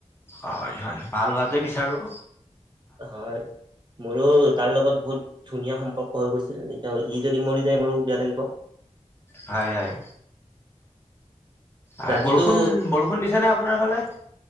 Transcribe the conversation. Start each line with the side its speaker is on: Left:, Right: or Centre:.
Left: হয় হয় ভাল হোৱাটোৱে বিচাৰোঁ।
Right: হয়। মোৰো তাৰ লগত বহুত ধুনীয়া সম্পৰ্ক হৈ গৈছিল। এতিয়া ই যদি মৰি যায় মোৰো বেয়া লাগিব।
Left: হয় হয়। আৰু
Right: ৰাতিটো
Left: বৰষুণ, বৰষুণ দিছে না আপনাৰ ফালে।